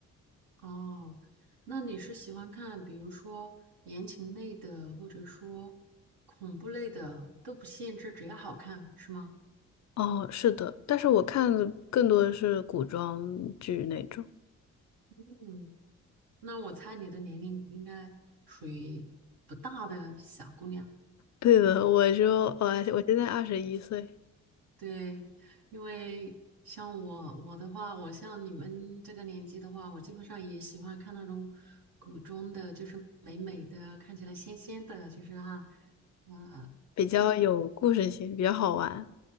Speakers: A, on the right; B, on the left.
A: 哦，那你是喜欢看，比如说言情类的，或者说恐怖类的，都不限制，只要好看，是吗？
B: 哦，是的，但是我看的更多的是古装剧那种。
A: 嗯，那我猜你的年龄应该属于不大的小姑娘。
B: 对的，我就我我现在二十一岁，
A: 对，因为像我我的话，我像你们这个年纪的话，我基本上也喜欢看那种古装的，就是美美的，看起来仙仙的，就是啊，呃，
B: 比较有故事性，比较好玩。